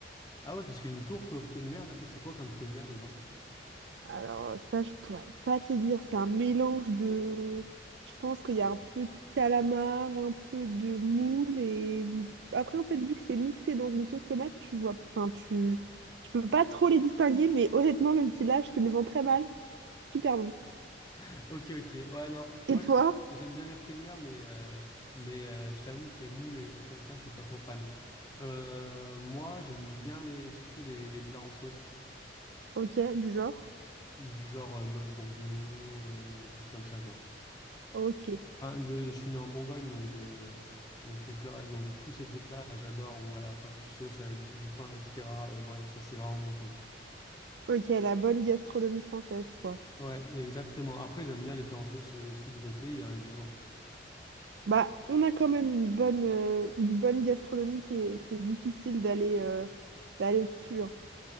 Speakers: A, on the left; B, on the right.
A: Ah ouais, parce qu'une tourte aux fruits de mer, là, et c'est quoi comme fruits de mer dedans?
B: Alors, ça, je pourrais pas te dire. C'est un mélange de. Je pense qu'il y a un peu de calamar, un peu de moule. Et après, en fait, vu que c'est mixé dans une sauce tomate, tu vois. Enfin, tu. Tu peux pas trop les distinguer, mais honnêtement, même si là, je te le vends très mal, super bon.
A: <laughs> Ok, ok. Ouais, non,
B: Et
A: moi,
B: toi?
A: j'aime j'aime bien les fruits de mer, mais, euh, mais euh, je t'avoue que les moules et les trucs comme ça, je suis pas trop fan. Euh, moi, j'aime bien les, surtout les, les plats en sauce.
B: Ok, du genre.
A: Du genre euh, bœuf bourguignon, euh, les trucs comme ça, quoi.
B: Ok,
A: Enfin, de, je suis né en Bourgogne, donc, euh, donc les plats, donc tous ces trucs-là, j'adore, où à la fin tu sauces avec du pain, etc. Euh, bref, ça c'est vraiment mon truc.
B: ok, la bonne gastronomie française, quoi.
A: Ouais, exactement. Après, j'aime bien les plats en sauce euh, aussi des autres pays, hein, évidemment.
B: Bah, on a quand même une bonne, euh, une bonne gastronomie qui est, c'est difficile d'aller euh, d'aller au-dessus, hein.